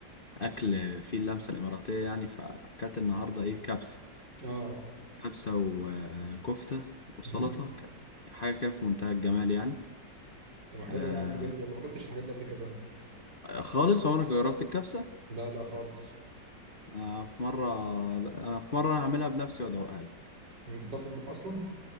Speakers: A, on the left; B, on the right.
A: اكل فيه اللمسه الاماراتيه يعني فاكلت النهارده ايه كبسه
B: اه
A: كبسه وكفته
B: <laughs>
A: وسلطه
B: مهم.
A: كان حاجه كده في منتهى الجمال يعني
B: طب ما حلو
A: آه
B: يا عم جامد والله ما اكلتش الحاجات دي قبل كده أنا.
A: خالص عمرك جربت الكبسه
B: لا لا خالص
A: آه في مره انا في مره هعملها بنفسي وادوقها لك
B: انت بتعرف تطبخ اصلا